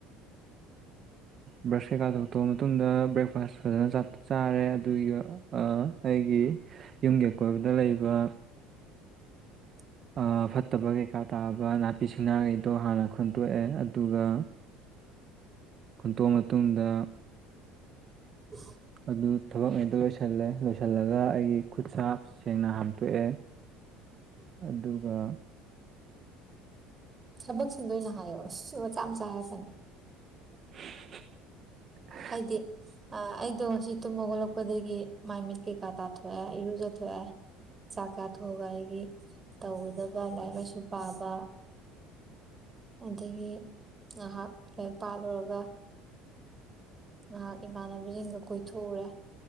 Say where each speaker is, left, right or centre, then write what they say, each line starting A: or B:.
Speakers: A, on the right; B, on the right.
A: ꯕ꯭ꯔꯁ ꯀꯩꯀꯥ ꯊꯣꯛꯇꯑꯕ ꯃꯇꯨꯡꯗ ꯕ꯭ꯔꯦꯛꯐꯥꯁ ꯐꯖꯅ ꯆꯥꯔꯦ ꯑꯗꯨꯒꯤ ꯑꯩꯒꯤ ꯌꯨꯝꯒꯤ ꯑꯀꯣꯏꯕꯗ ꯂꯩꯕ
B: <inaudible>
A: ꯑ ꯐꯠꯇꯕ ꯀꯩꯀꯥ ꯇꯥꯕ ꯅꯥꯄꯤ ꯁꯤꯡꯅꯥꯒꯩꯗꯣ ꯍꯥꯟꯅ ꯈꯣꯟꯇꯣꯛꯑꯦ ꯑꯗꯨꯒ ꯈꯨꯟꯇꯣꯛꯑ ꯃꯇꯨꯡꯗ
B: ꯎ
A: ꯑꯗꯨ ꯊꯕꯛ ꯉꯩꯗꯣ ꯂꯣꯏꯁꯜꯂꯦ ꯂꯣꯏꯁꯜꯂꯒ ꯑꯩꯒꯤ ꯈꯨꯠ ꯁꯥ ꯁꯦꯡꯅ ꯍꯥꯝꯇꯣꯛꯑꯦ ꯑꯗꯨꯒ
B: ꯊꯕꯛꯁꯤꯡꯗꯣ ꯑꯣꯏꯅ ꯍꯥꯏꯌꯣ ꯑꯁ ꯁꯨꯔ ꯃꯆꯥ ꯃꯆꯥ ꯍꯥꯏꯔꯛꯀꯅꯨ
A: <unintelligible>
B: ꯍꯥꯏꯗꯦ ꯑ ꯑꯩꯗꯣ ꯉꯁꯤ ꯇꯨꯝ ꯍꯧꯒꯠꯂꯛꯄꯗꯒꯤ ꯃꯥꯏ ꯃꯤꯠ ꯀꯩꯀꯥ ꯇꯥꯊꯣꯛꯑꯦ ꯏꯔꯨꯖꯊꯣꯛꯑꯦ ꯆꯥꯛ ꯆꯥꯊꯣꯛꯑꯒ ꯑꯩꯒꯤ ꯇꯧꯒꯗꯕ ꯂꯥꯏꯔꯤꯛ ꯂꯥꯏꯁꯨ ꯄꯥꯕ ꯑꯗꯒꯤ ꯉꯥꯍꯥꯛ ꯂꯥꯏꯔꯤꯛ ꯄꯥ ꯂꯣꯏꯔꯒ ꯉꯥꯍꯥꯛ ꯏꯃꯥꯟꯅꯕꯁꯤꯡꯒ ꯀꯣꯏꯊꯣꯛꯎꯔꯦ